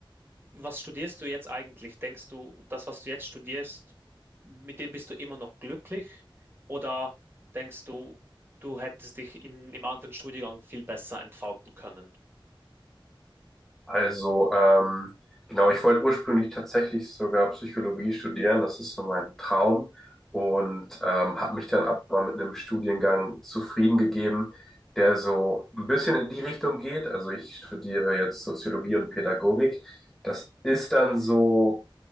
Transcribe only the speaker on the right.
was studierst du jetzt eigentlich? Denkst du, das, was du jetzt studierst, mit dem bist du immer noch glücklich? Oder denkst du, du hättest dich in, im anderen Studiengang viel besser entfalten können?